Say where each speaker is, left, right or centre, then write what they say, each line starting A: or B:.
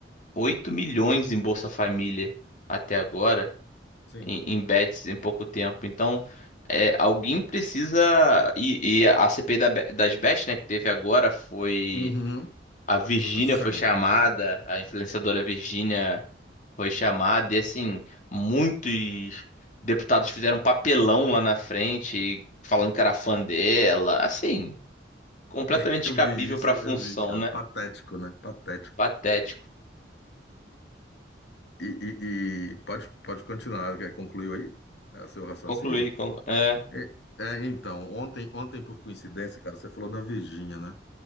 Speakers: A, on the left; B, on the left.
A: 8 milhões em Bolsa Família até agora
B: Sim.
A: em, em bets em pouco tempo. Então, é, alguém precisa. E, e a CPI da be- das bets, né, que teve agora foi.
B: Uhum.
A: A Virgínia
B: Essa
A: foi
B: semana.
A: chamada, a influenciadora Virgínia foi chamada, e assim, muitos deputados fizeram um papelão lá na frente, falando que era fã dela. Assim, completamente
B: <laughs>
A: descabível
B: Eu vi isso,
A: pra função,
B: eu vi, cara.
A: né?
B: Patético, né? Patético.
A: Patético.
B: E, e- e pode, pode continuar, quer- concluiu aí? É, seu raciocínio?
A: Concluí. con- É.
B: É, é, então, ontem, ontem, por coincidência, cara, você falou na Virgínia, né?